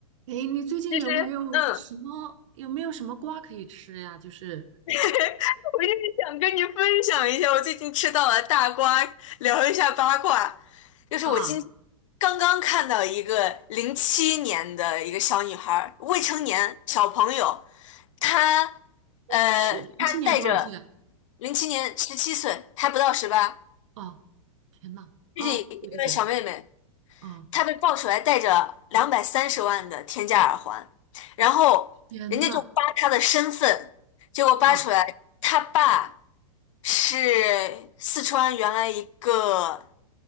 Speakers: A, on the right; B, on the left.
A: 诶，你最近有没有什么有没有什么瓜可以吃呀？
B: 其实，嗯，
A: 就是
B: <laughs> 我就是想跟你分享一下，我最近吃到了大瓜，聊一下八卦。就是我今
A: 啊，
B: 刚刚看到一个零七年的一个小女孩儿未成年小朋友，她呃，
A: 是零七年多少岁啊？
B: 她带着零七年十七岁，还不到十八，
A: 哦，天呐，
B: 就是一个小妹妹，
A: 啊，对对对，啊，
B: 他被爆出来戴着两百三十万的天价耳环，然后人家就扒他的身份，
A: 天呐，
B: 结果扒出来他爸
A: 啊
B: 是四川原来一个